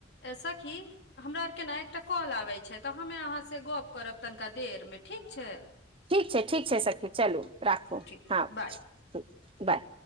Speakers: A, on the left; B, on the right.
A: सखी हमरा आर के ने एकटा कॉल आबे छै तऽ हमे अहाँ से गप करब तनिका देर मे ठीक छै
B: ठीक छै ठीक छै सखी चलू राखू
A: ठीक
B: हँ
A: बाय
B: ठीक बाय